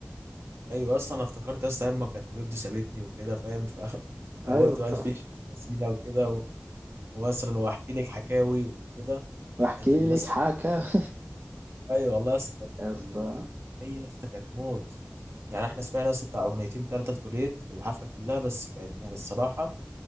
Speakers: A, on the right; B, on the right.
A: ايوه اصلا انا افتكرت يا اسطى ايام ما كانت حبيبتي سابتني وكده فاهم ف <laughs> انا
B: ايوه
A: قلت
B: ف...
A: بقى في شيء وسيله وكده ومثلا واحكي لك حكاوي كده
B: <laughs> واحكي
A: كانت اللي
B: لك
A: لسه
B: حكا <laughs>
A: ايوه والله يا اسطى كانت
B: يا اسطى
A: ال- هي يا اسطى كانت موت يعني احنا سمعنا يا اسطى بتاع اغنيتين ثلاثه لتوليت في الحفله كلها بس كانت يعني الصراحه